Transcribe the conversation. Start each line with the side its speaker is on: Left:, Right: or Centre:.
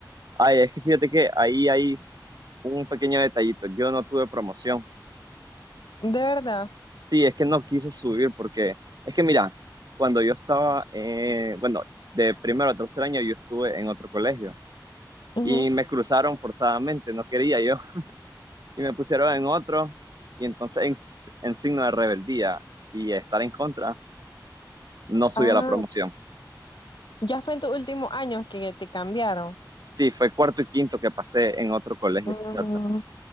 Right: Ay, es que fíjate que ahí hay un pequeño detallito. Yo no tuve promoción.
Left: De verdad.
Right: Sí, es que no quise subir porque es que mira, cuando yo estaba, eh, bueno, de primero a tercer año yo estuve en otro colegio
Left: Ujú.
Right: y me cruzaron forzadamente, no quería yo, y me pusieron en otro y entonces en, en signo de rebeldía y estar en contra, no subí
Left: Ah,
Right: a la promoción.
Left: ya fue en tus últimos años que te cambiaron.
Right: Sí, fue cuarto y quinto que pasé en otro colegio,
Left: Mm,
Right: fíjate.